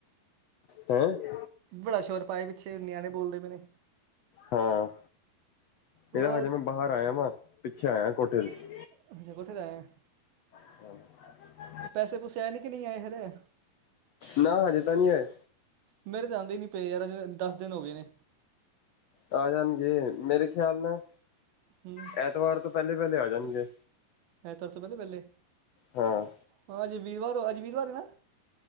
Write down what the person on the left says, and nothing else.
ਹੈਂ।
ਹਾਂ।
ਇਹਦਾ ਵਜੇ ਮੈਂ ਬਾਹਰ ਆਇਆ ਵਾ ਪਿੱਛੇ ਆਇਆ ਕੋਠੇ ਤੇ।
<inaudible>
ਨਾ ਹਜੇ ਤਾਂ ਨਹੀਂ ਆਏ।
ਆ ਜਾਣਗੇ ਮੇਰੇ ਖਿਆਲ ਨਾਲ
ਐਤਵਾਰ ਤੋਂ ਪਹਿਲੇ-ਪਹਿਲੇ ਆ ਜਾਣਗੇ
ਹਾਂ